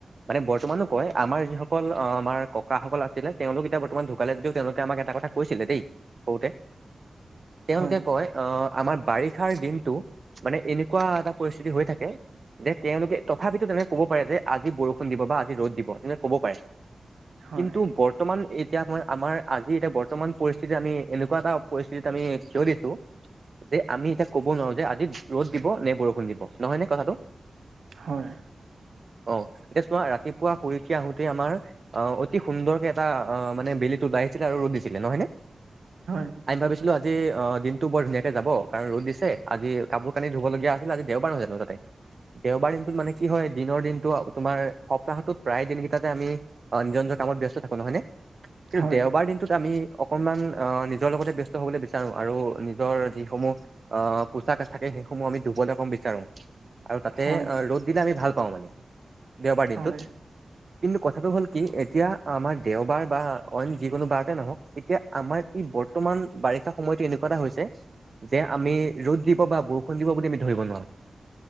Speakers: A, on the right; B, on the right.
A: মানে বৰ্তমানো কয় আমাৰ যিসকল আমাৰ বৰ্তমানো কয়। আমাৰ যিসকল ককাসকল আছিলে তেওঁলোক এতিয়া বৰ্তমান ঢুকালে যদিও তেওঁলোকে আমাক এটা কথা। কৈছিলে দেই সৰুতে, তেওঁলোকে
B: হয়
A: কয় অ আমাৰ বাৰি বাৰিষাৰ, দিনটো মানে এনেকুৱা এটা পৰিস্থিতি হৈ থাকে। যে তেওঁলোকে তথাপিতো তেকে ক'ব পাৰে যে আজি বৰষুণ, দিব। বা আজি ৰ'দ, দিব তেনেক কব পাৰে।
B: হয়
A: কিন্তু বৰ্তমান এতিয়া আমাৰ আজি এতিয়া বৰ্তমান পৰিস্থিতি আমি এনেকুৱা এটা পৰিস্থিতিত আমি থিয় দিছো, যে আমি এতিয়া ক'ব নোৱাৰোঁ যে আজি ৰ'দ দিব নে বৰষুণ দিব নহয় নে কথাটো?
B: হয়।
A: অ এতিয়া চোৱা ৰাতিপুৱা শুই উঠি আহোতে আমাৰ অ অতি সুন্দৰকে এটা অ মানে বেলিটো ওলাইছিলে আৰু ৰ'দ দিছিলে নহয় নে?
B: হয়।
A: আমি ভাবিছিলো আজি অ দিনটো বৰ ধুনীয়াকে যাব কাৰণ ৰ'দ দিছ ছে আজি কাপোৰ - কানি ধুব লগীয়া আছিল। আজি দেওবাৰ হয় জানো তাতে দেওবাৰ দিনটোত মানে কি হয়? দিনৰ দিনটো আ তোমাৰ সপ্তাহটোত প্ৰায় দিন কেইটাতে আমি অ নিজৰ কামত ব্যস্ত থাকো নহয় ন? কিন্তু
B: হয়
A: দেওবাৰ দিনটোত আমি অ অকনমান আহ নিজৰ লগতে ব্যস্ত হবলৈ বিচাৰো আৰু নিজৰ যিসমূহ অ' পোচাক থাকে সেইসমূহ আমি ধুবলৈ কম বিচাৰো, আৰু তাতে
B: হয়
A: ৰ'দ দিলে আমি ভাল পাওঁ মানে। দেওঁবাৰ দিনটোত,
B: হয়
A: কিন্তু কথাটো হ'ল কি এতিয়া আমাৰ দেওঁবাৰ বা অইন যি কোনো বাৰতে নহক, এতিয়া আমাৰ ই বৰ্তমান বাৰিষা সময়তটো এনেকুৱা এটা হৈছে যে আমি ৰ'দ দিব বা বৰষুণ দিব বুলি আমি ধৰিব নোৱাৰো।